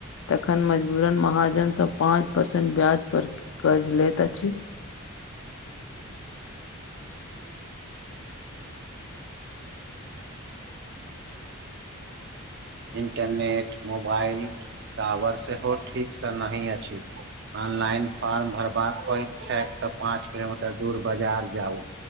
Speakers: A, on the left (about 60°); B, on the right (about 50°).
A: तखन मजबूरन महाजन स पाँच परसेंट ब्याज पर कर्ज लैत अछि।
B: <inaudible> इंटरनेट मोबाइल टावर सेहो ठीक से नहि अछि। ऑनलाइन फॉर्म भरबाक होइक छैय तऽ पाँच किलोमीटर दूर बजार जाउ।